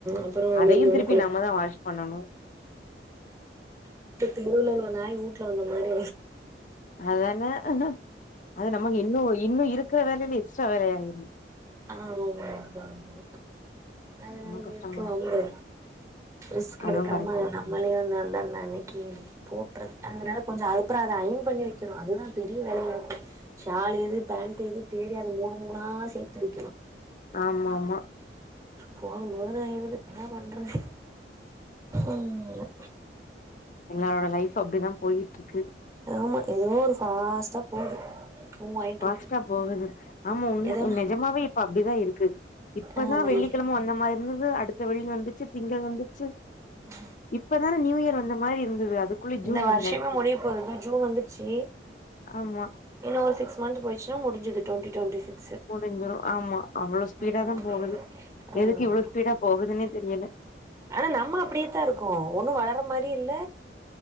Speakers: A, on the right; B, on the left.
A: அப்புறோ
B: அதயு
A: லொல்லுன்னு
B: திருப்பி நம்மதா வாஷ் பண்ணணு
A: அப்ப தெருவுல உள்ள நாய் வுட்டுல வந்த மாரி
B: அதான அது நமக்கு இன்னு இன்னு இருக்கற வேலேல எக்ஸ்ட்ரா வேலயாய்ரு
A: ஆ ஆமா ஆமா ஆமா அதனால
B: இன்னும் கஷ்டமா
A: எதுக்கு வம்பு ரிஸ்க்
B: அதுவும்
A: எடுக்காம
B: கரெக்ட்.
A: நம்மளே வந்தந் அன்னிக்கி போட்டுறு அதனால கொஞ்சோ அதுப்றோ அத அயன் பண்ணி வைக்கணு அதுதா பெரிய வேலயா இருக்கு ஷால் எது பேண்ட் எது தேடி அது மூணு மூணா சேத்து வெக்கணு
B: ஆமா ஆமா
A: போதுபோதுனு ஆய்டுது என்ன பண்றது ம்
B: எல்லாரோட லைஃப் அப்டிதா போய்ட்ருக்கு
A: ஆமா ஏதோ ஒரு ஃபாஸ்ட்டா போது மூவ் ஆயிட்ருக்கு
B: ஃபாஸ்டா போகுது ஆமா உண்
A: ஏதோ
B: உ நெஜமாவே இப்ப அப்டிதா இருக்கு இப்பதா
A: ஆமா
B: வெள்ளிக்கிழம
A: ஏ
B: வந்த மாரி இருந்தது அடுத்த வெள்ளி வந்துச்சு திங்கள் வந்துச்சு
A: ம்
B: இப்பதான நியூ யர் வந்த மாரி இருந்தது அதுக்குள்ள
A: இந்த
B: ஜூன் வந்தாச்சு
A: வருஷமே முடிய போது இதோ ஜூன் வந்துருச்சு
B: ஆமா
A: இன்னு ஒரு சிக்ஸ் மந்த் போய்சுனா முடிஞ்சது டொண்டி டொண்டி சிக்
B: முடிஞ்சிரு ஆமா அவ்ளோ ஸ்பீடா
A: ம்
B: தா போகுது
A: ஆமா
B: எதுக்கு இவ்ளோ ஸ்பீடா போகுதுன்னே தெரியல
A: ஆனா நம்ம அப்டியேத்தா இருக்கோ ஒன்னு வளர மாரி இல்ல